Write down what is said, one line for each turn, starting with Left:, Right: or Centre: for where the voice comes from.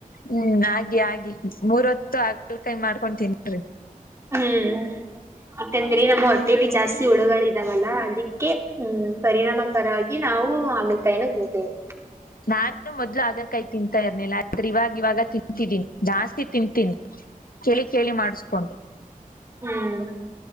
Left: ಹ್ಮ್ ಹಾಗಿ ಆಗಿ ಮೂರು ಹೊತ್ತು ಹಾಗಲಕಾಯಿ ಮಾಡ್ಕೊತಿನ್ರಿ.
Right: ಹ್ಮ್ ಯಾಕಂದ್ರೆ ನಮ್ಮ ಹೊಟ್ಟೇಲಿ ಜಾಸ್ತಿ ಹುಳುಗಳ ಇದಾವಲ್ಲ ಅದಕ್ಕೆ ಹ್ಮ್ ಪರಿಣಾಮಕರ ಆ ಈ ನಾವು ಹಾಗಲ್ ಕಾಯಿನ ತಿಂತೇವೆ.
Left: ನಾನು ಮೊದ್ಲು ಹಾಗಲಕಾಯಿ ತಿಂತಾ ಇರ್ನಿಲ್ಲ ಆದ್ರೆ ಇವಾಗ ಇವಾಗ ತಿಂತಿದ್ದೀನಿ. ಜಾಸ್ತಿ ತಿಂತೀನಿ ಚಳಿ ಚಳಿ ಮಾಡಿಸುಕೊಂಡು
Right: ಹ್ಮ್